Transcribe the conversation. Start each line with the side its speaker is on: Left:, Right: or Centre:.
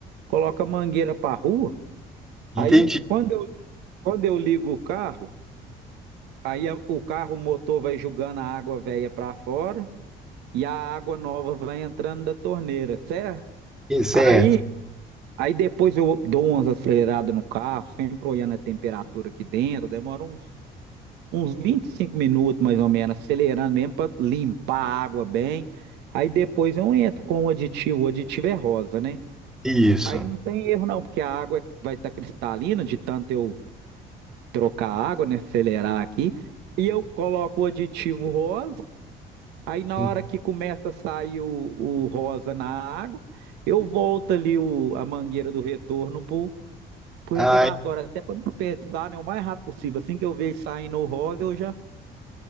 Right: coloco a mangueira para a rua.
Centre: Entendi.
Right: Aí quando eu, quando eu ligo o carro, aí a- o carro, o motor vai jogando a água velha para fora e a água nova vai entrando da torneira, certo?
Centre: Certo.
Right: Aí Aí depois eu dou umas aceleradas no carro, sempre olhando a temperatura aqui dentro, demora uns, uns 25 minutos mais ou menos, acelerando mesmo para limpar a água bem. Aí depois eu entro com o aditivo, o aditivo é rosa, né?
Centre: Isso.
Right: Aí não tem erro não, porque a água vai estar cristalina de tanto eu trocar a água, né? Acelerar aqui. E eu coloco o aditivo rosa, aí na
Centre: Entendi.
Right: hora que começa a sair o, o rosa na água, eu volto ali o, a mangueira do retorno para pro
Centre: Ah,
Right: reservatório, até para não desperdiçar, né? O mais rápido possível. Assim que eu vejo saindo o rosa, eu já,